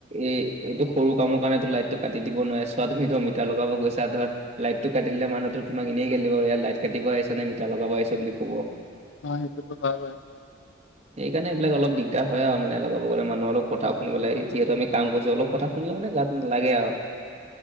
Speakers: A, on the right; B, on the left.
A: এই এইটো সৰু কামৰ কাৰণেতো লাইট টো কাটি দিব নোৱাৰে চোৱা তুমি ধৰ মিটাৰ লগাব গৈছা ধৰ, লাইটটো কাট দিলে মানুহেটো তোমাক এনেই গালি দিব এয়া লাইট কাটিব আহিছ নে মিটাৰ লগাব আহিছে বুলি ক'ব।
B: অ, সেইটোতো হয় বাৰু।
A: সেইকাৰণে এইবিলাক অলপ দিগদাৰ হয় আৰু মানে লগাব গলে মানুহ অলপ কথাও শুনিব লাগে যিহেতু আমি কাম কৰিছোঁ অলপ কথা শুনিলে মানে গাত না লাগে আৰু।